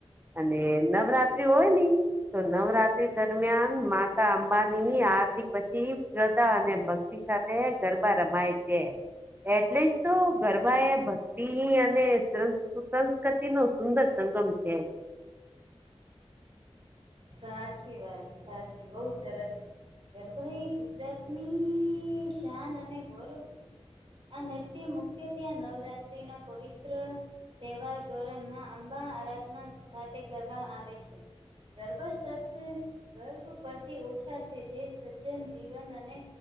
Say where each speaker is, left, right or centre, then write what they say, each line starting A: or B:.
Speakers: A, on the right (about 20°); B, on the right (about 50°).
A: અને નવરાત્રિ હોય ને તો નવરાત્રી દરમિયાન માતા અંબાની આરતી પછી શ્રદ્ધા અને ભક્તિ સાથે ગરબા રમાય છે. એટલે જ તો ગરબા એ ભક્તિ અને સુસસ્કૃતિ નો સુંદર સંગમ છે.
B: સાચી વાત સાચી બહુ સરસ. ગરભાઈ ગુજરાતની શાન અને ગૌરવ છે. આ નરથી મુખ્ય ત્યાં નવરાત્ર્રીના પવિત્ર તહેવાર દોરણ માં અંબા આરાધના સાથે કરવા આવે છે. ગર્ભ શબ્દ ગર્ભ પરથી ઓછા છે, જે સ જન જીવન અને